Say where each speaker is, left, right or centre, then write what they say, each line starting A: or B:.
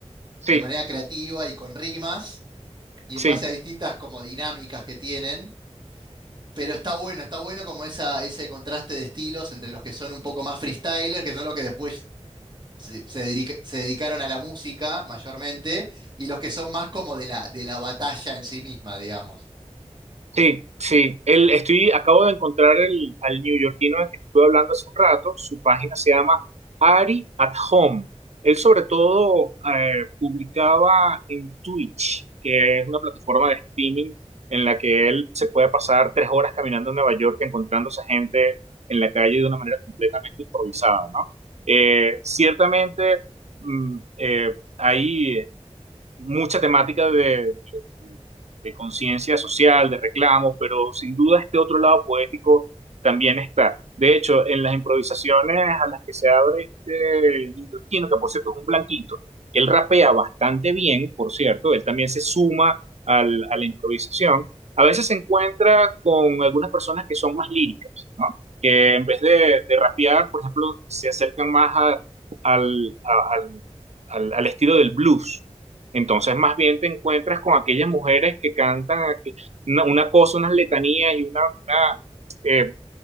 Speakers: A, on the right (about 70°); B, on the right (about 40°).
A: sí,
B: de manera creativa y con rimas y en
A: sí.
B: base a distintas como dinámicas que tienen. Pero está bueno, está bueno como esa, ese contraste de estilos entre los que son un poco más freestylers, que son los que después se, se dedica- se dedicaron a la música mayormente, y los que son más como de la, de la batalla en sí misma, digamos.
A: Sí, sí. El, estoy, acabo de encontrar el, al neoyorquino del que te estuve hablando hace un rato. Su página se llama Ari at Home. Él sobre todo eh, publicaba en Twitch, que es una plataforma de streaming en la que él se puede pasar tres horas caminando en Nueva York encontrándose gente en la calle de una manera completamente improvisada, ¿no? Eh, ciertamente mm, eh, hay mucha temática de, de, de conciencia social, de reclamos, pero sin duda este otro lado poético también está. De hecho, en las improvisaciones a las que se abre este neoyorquino, que por cierto es un blanquito, él rapea bastante bien, por cierto, él también se suma al, a la improvisación. A veces se encuentra con algunas personas que son más líricas, ¿no? que en vez de, de rapear, por ejemplo, se acercan más a, al, a, al, al, al, estilo del blues, entonces, más bien te encuentras con aquellas mujeres que cantan aqu- una, una cosa, unas letanías y una, una, eh,